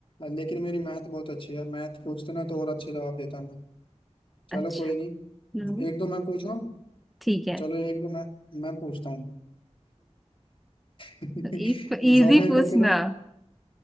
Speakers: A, on the left; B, in the centre.
A: लेकिन मेरी मैथ बहुत अच्छी है मैथ पूछते ना तो और अच्छे जवाब देता मैं चलो
B: अच्छा
A: कोई नहीं
B: हम्म
A: एक दो मैं पूछूं
B: ठीक है
A: चलो एक दो मैं मैं पूछता हूँ <laughs>
B: इजी
A: जोमेटो
B: पूछना
A: के जो